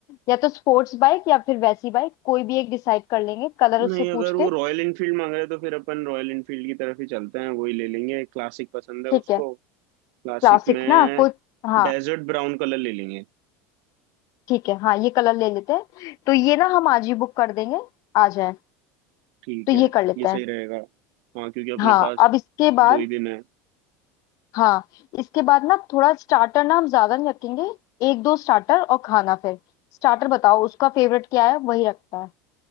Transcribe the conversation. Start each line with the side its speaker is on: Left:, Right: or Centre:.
Left: या तो स्पोर्ट्स बाइक या फिर वैसी बाइक कोई भी एक डिसाइड कर लेंगे कलर
Right: नहीं
Left: उससे
Right: अगर
Left: पूछ
Right: वो
Left: के
Right: रॉयल इनफील्ड मांग रहा है तो फिर अपन रॉयल इनफील्ड की तरफ ही चलते हैं वही ले लेंगे क्लासिक पसंद है
Left: ठीक
Right: उसको
Left: है
Right: क्लासिक
Left: क्लासिक
Right: में
Left: ना कोई हाँ
Right: डेजर्ट ब्राउन कलर ले लेंगे
Left: ठीक है हाँ ये कलर ले लेते हैं तो ये ना हम आज ही बुक कर देंगे आ जाए
Right: ठीक
Left: तो ये
Right: है
Left: कर लेते
Right: ये सही
Left: हैं
Right: रहेगा हाँ क्योंकि अपने
Left: हाँ
Right: पास
Left: अब इसके बाद
Right: दो ही दिन है
Left: हाँ इसके बाद ना थोड़ा स्टार्टर ना हम ज्यादा नहीं रखेंगे एक दो स्टार्टर और खाना फिर स्टार्टर बताओ उसका फेवरेट क्या है वही रखता है